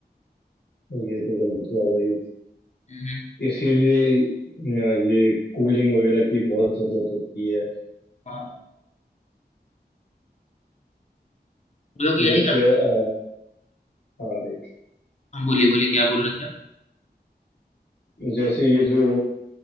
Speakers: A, on the left; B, on the left.
A: ये तो गलत हुआ भाई
B: हम्म,
A: इसीलिए अ, ये कूलिंग वगैरह की बहुत जरूरत होती है
B: हाँ वो लोग यही
A: जैसे
B: कर
A: अ, हाँ भाई
B: हाँ बोलिए बोलिए क्या बोल रहे थे आप
A: जैसे ये जो